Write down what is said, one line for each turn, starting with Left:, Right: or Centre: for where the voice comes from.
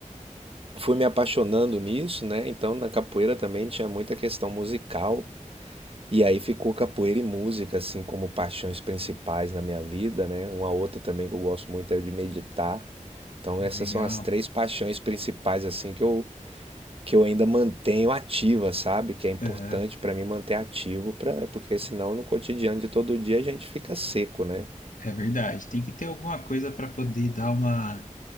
Right: fui me apaixonando nisso, né? Então na capoeira também tinha muita questão musical. E aí ficou capoeira e música, assim, como paixões principais na minha vida, né? Uma outra também que eu gosto muito é de meditar. Então essas
Left: legal.
Right: são as três paixões principais, assim, que eu, que eu ainda mantenho ativa, sabe? Que é importante
Left: Aham,
Right: pra mim manter ativo, pra, porque senão no cotidiano de todo dia a gente fica seco, né?
Left: é verdade. Tem que ter alguma coisa para poder dar uma,